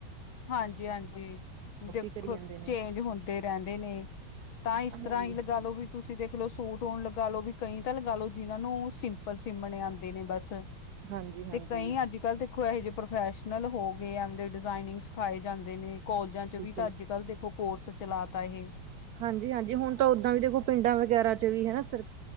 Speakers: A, on the left; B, on the right.
A: ਹਾਂਜੀ-ਹਾਂਜੀ। ਦੇਖੋ,
B: ਕਰੀ ਜਾਂਦੇ ਨੇ
A: ਚੇਂਜ ਹੁੰਦੇ ਰਹਿੰਦੇ ਨੇ। ਤਾਂ ਇਸ ਤਰ੍ਹਾਂ
B: ਹਾਂਜੀ
A: ਹੀ ਲਗਾ ਲੋ ਵੀ ਤੁਸੀ ਦੇਖਲਓ ਸੂਟ ਹੋਣ ਲਗਾ ਲੋ ਵੀ ਕਈ ਤਾਂ ਲਗਾ ਲਓ ਜਿਹਨਾਂ ਨੂੰ ਸਿੰਪਲ ਸੀਮਣ ਆਂਦੇ ਨੇ ਬਸ
B: ਹਾਂਜੀ
A: ਤੇ
B: ਹਾਂਜੀ
A: ਕਈ ਅੱਜ-ਕੱਲ ਦੇ ਇਹੋ ਜਿਹੇ ਪ੍ਰੋਫੈਸ਼ਨਲ ਹੋ ਗਏ ਐਵੇਂ ਦੇ ਡਿਜ਼ਾਇਨਿੰਗ ਸਿਖਾਏ ਜਾਂਦੇ ਨੇ ਕੋਲਜਾਂ 'ਚ'
B: ਬਿਲਕੁਲ
A: ਵੀ ਤਾਂ ਅੱਜ-ਕੱਲ੍ਹ ਦੇਖੋ ਕੋਰਸ ਚਲਾ ਤਾ ਇਹੇ
B: ਹਾਂਜੀ-ਹਾਂਜੀ ਹੁਣ ਤਾਂ ਓਦਾਂ ਵੀ ਦੇਖੋ ਪਿੰਡਾਂ ਵਗੈਰਾ 'ਚ' ਵੀ ਹਨਾ ਫਿਰ